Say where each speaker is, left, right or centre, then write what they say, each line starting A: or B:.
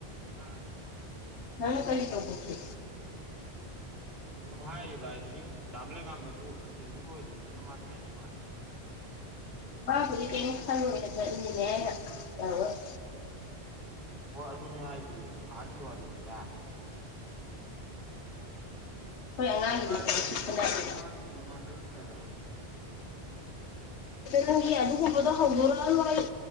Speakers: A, on the right; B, on the left.
A: ꯑꯥ
B: ꯅꯣꯅ ꯀꯔꯤ ꯇꯧꯕꯒꯤ
A: ꯁꯨꯝ ꯍꯥꯏꯔꯤꯕ ꯍꯥꯏꯗꯨꯅꯤ ꯗꯥꯕ ꯂꯩꯦꯟꯒꯥꯝꯕꯁꯨ ꯇ꯭ꯔꯦꯅꯤꯡ ꯂꯣꯏꯗ꯭ꯔꯤꯅꯤꯅ ꯃꯥꯁꯨ ꯌꯥꯅꯤ
B: ꯍꯕꯨꯂꯤ ꯀ <unintelligible> ꯐꯜ ꯑꯣꯏꯔꯅꯦꯅ <unintelligible> ꯌꯥꯔꯣꯏ
A: ꯍꯣꯏ ꯑꯗꯨꯅꯦ ꯍꯥꯏꯁ ꯑꯍꯟꯒꯤ ꯋꯥꯔꯤꯅꯤꯗ
B: ꯑꯩꯈꯣꯏ
A: ꯀꯩꯅꯣ
B: ꯑꯉꯥꯡꯒꯤꯗꯤ
A: ꯍꯥꯏꯌ
B: ꯀꯔꯤꯁꯨ
A: ꯌꯦꯟ
B: ꯈꯟꯅꯗꯦ
A: ꯈꯣꯟꯂ ꯒꯨꯃꯕ ꯆꯥꯁꯤ ꯀꯩꯅꯣ ꯃꯥ ꯆꯠꯇ꯭ꯔꯤꯉꯩꯗ
B: ꯅꯪꯒꯤ ꯑꯗꯨꯒꯨꯝꯕꯗꯣ ꯍꯧꯗꯣꯔꯛ ꯂꯣꯏ